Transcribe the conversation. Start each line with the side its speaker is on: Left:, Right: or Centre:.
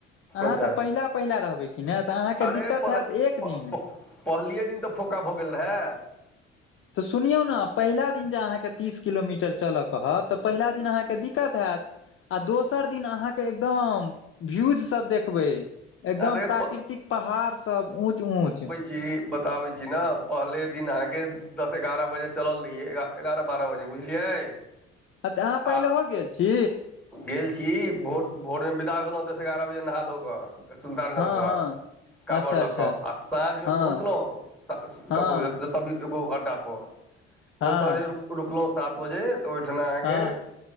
Left: अहाँ
Centre: अच्छा
Left: तऽ पहिला पहिला रहबै की नय तऽ अहाँके
Centre: अरे
Left: दिक्कत
Centre: पह
Left: होत एक
Centre: प
Left: दिन
Centre: पहलिये दिन तऽ फोका भऽ गेल रहय
Left: तऽ सुनौ ने पहिला दिन जे अहाँ के तीस किलोमीटर चलय कहत तऽ पहिला दिन अहाँ के दिक्कत होत आ दोसर दिन अहाँके एकदम भ्यूज सब देखबै एकदम
Centre: अरे
Left: प्राकृतिक
Centre: प
Left: पहाड़ सब ऊँच ऊँच
Centre: जी बताबै छी न पहले दिन अहाँके दस एगारह बजे चलल रहियै एगारह बारह बजे बुझलियै
Left: अच्छा आहाँ
Centre: आ
Left: पहिलेहो गेल छी
Centre: गेल छी भोर भोर में विदा भेलहुँ दस एगारह बजे नहा धो कऽ सुल्तानगंजसँ
Left: हँ हँ
Centre: काँवर
Left: अच्छा
Centre: लऽ
Left: अच्छा
Centre: कऽ आ साँझ में
Left: हँ
Centre: पहुँचलहुं
Left: हँ
Centre: कतौ तबी एगो अड्डा पर
Left: हँ
Centre: ओतऽ जे रुकलहुं सात बजे तऽ ओहिठना अहाँके
Left: हँ